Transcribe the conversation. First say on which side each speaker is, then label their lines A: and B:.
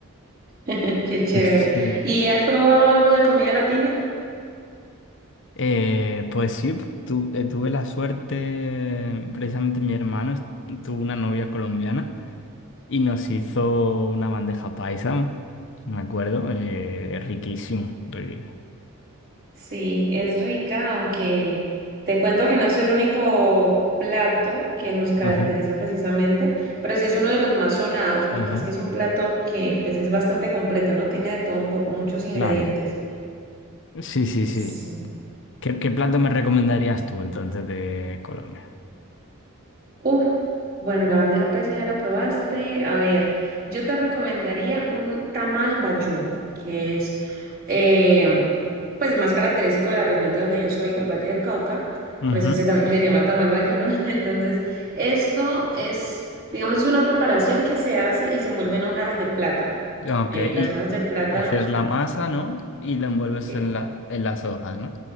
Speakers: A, on the right; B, on the left.
A: <laughs> qué chévere.
B: <laughs> Sí.
A: ¿Y has probado algo de comida latina?
B: Eh, pues sí, tu- eh, tuve la suerte, precisamente mi hermano es- tuvo una novia colombiana y nos hizo una bandeja paisa, me acuerdo, eh, riquísimo. ri-
A: Sí, es rica, aunque te cuento que no es el único plato que nos caracteriza
B: Ajá,
A: precisamente, pero sí es uno de los más sonados porque
B: ajá.
A: es que es un plato que pues es bastante completo, ¿no? Tiene de todo un poco, muchos ingredientes.
B: Claro, sí, sí, sí.
A: Sí.
B: ¿Qué, qué plato me recomendarías tú entonces de Colombia?
A: Uf, bueno, la bandeja paisa ya la probaste. A ver, yo te recomendaría un tamal bayuno, que es eh, pues más característico de la región de donde yo soy, del Valle del Cauca.
B: Ujú,
A: Por eso se también <laughs> se llama tamal bayuno. <laughs> Entonces, esto es, digamos, es una preparación que se hace y se envuelve en hojas de plátano.
B: Ok,
A: Eh,
B: y
A: las hojas de plátano.
B: haces la masa, ¿no? Y la envuelves
A: eh,
B: en la, en las hojas, ¿no?